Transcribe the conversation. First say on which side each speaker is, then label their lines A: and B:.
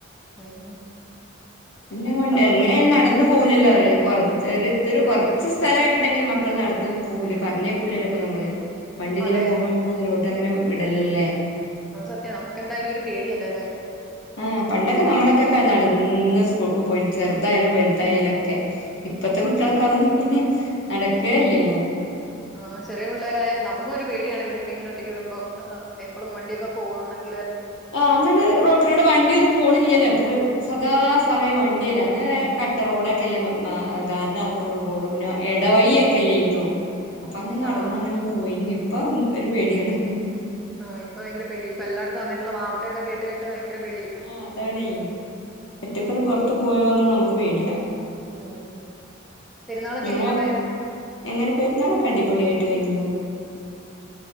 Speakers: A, in the centre; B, on the left.
A: ഉം
B: പിന്നെ
A: അപ്പൊ
B: എങ്ങനെയാലും നടന്നു പോകൂലല്ലോ അവര് കൊറച്ച് ച ഇത്തിരി ഒരു കുറച്ച് സ്ഥലയിട്ടുണ്ടെങ്കില് മക്കൾ നടന്ന് പോകൂല പറഞ്ഞേക്കൂല്ലല്ലോ ഇപ്പൊ നമ്മള് പണ്ഡിതിലെ
A: അതെ
B: പോകുമ്പോ നമ്മളതിലോ ഇങ്ങനെ വിടലല്ലേ
A: അത് സത്യവ നമുക്ക് എന്തായാലും ഒരു പേടിയല്ലോ അല്ലെ
B: ആ പണ്ടൊക്കെ നമ്മളൊക്കെക്ക നടന്ന ന്ന് സ്കൂൾക്ക് പോയിണ്ട് ചെറുതായാലും വലുതായാലൊക്കെ ഇപ്പത്തെ കുട്ടോൾക്ക് അതൊ ഹ് ഹ് ഹ് നടക്കേ എല്ലല്ലോ
A: ആഹ് ചെറിയ പിള്ളേരായാൽ നമുക്കൊരു പേടിയാണ് ഇവരൊക്കെ ഇങ്ങനൊറ്റക്ക്‌വിടുമ്പോ ആഹ് എപ്പളും വണ്ടിഒക്കെ പോവാണെങ്കി
B: ആ അന്നന്ന് റോട്ടിലൂടെ വണ്ടിഒന്നും പോണില്ലല്ലേ സദാ സമയം വണ്ടിയല്ലേ അന്ന് കട്ടരേ റോഡൊക്കല്ലേ താറിടാത്ത റോഡ്റോഡും പിന്നെ എടവയിഒക്കെല്ലേര്ന്നു അപ്പ അങ്ങനാ
A: ആ
B: നടന്നങ്ങനെപോയിന് ഇപ്പഎൻ ഒരു പേടിയാണ് ഹ് ഹ്
A: ആഹ ഇപ്പ ഭയരപേടി ഇപ്പ എല്ലാട്ത്തും അങ്ങനുള്ള വാർത്തൊക്കെ കേട്ട് കേട്ട് ഭയങ്കര പേടിയായിപ്പോയി
B: ആ അതാണേ
A: ഉം
B: ഒറ്റക്കൊന്ന് പൊറത്ത് പോയിവന്നനമക്ക് പേടിയാ
A: ഉം പെരുന്നാളൊക്കെ
B: നിങ്ങളവ
A: എങ്ങനെയുണ്ടായിരുന്നു
B: എങ്ങനെ പെരുന്നാളൊക്കെ അടിപൊളിയായിട്ട് കഴിഞ്ഞു